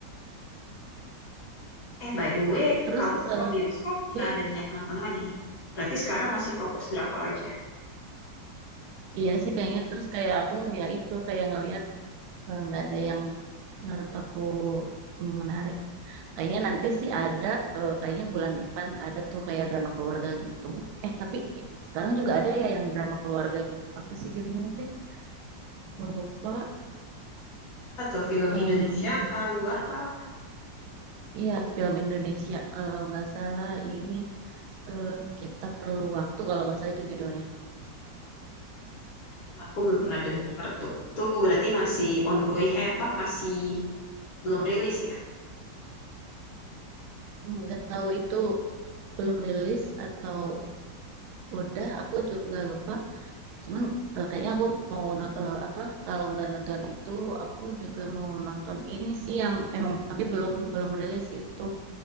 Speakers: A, on the left (about 55°); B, on the right (about 70°).
A: Eh, by the way,
B: <laughs> terus
A: kamu kalau
B: eh,
A: bioskop nggak
B: ya
A: ada niat nonton lagi. Berarti sekarang masih fokus drakor aja.
B: iya sih kayaknya terus kayak aku ya itu kayak ngelihat eh, nggak ada yang menurut aku menarik Kayaknya nanti sih ada, eh, kayaknya bulan depan ada tuh kayak drama keluarga gitu. Eh, tapi sekarang juga ada ya yang drama keluarga gitu. Apa sih judulnya teh? Aku lupa.
A: Atau film
B: Yang,
A: Indonesia
B: mm,
A: apa luar apa apa?
B: iya film Indonesia kalau nggak salah ini eh, kita perlu waktu kalau nggak salah itu judulnya.
A: Aku belum pernah denger tuh. Itu berarti masih ongoing, eh apa, masih belum rilis ya?
B: Nggak tahu itu belum rilis atau udah, aku juga lupa. Cuman eh, kayaknya aku mau no- eh, apa kalau nggak nonton itu aku juga mau nonton ini sih yang emang tapi belum belum rilis itu